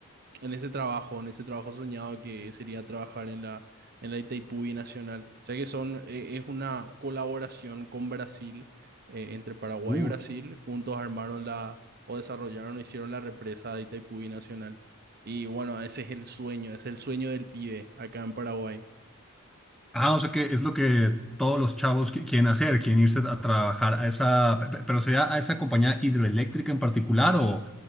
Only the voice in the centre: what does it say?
Uh.
Ah, o sea que es lo que todos los chavos qui- quieren hacer, quieren irse a trabajar a esa, pe- pe- pero sería a esa compañía hidroeléctrica en particular o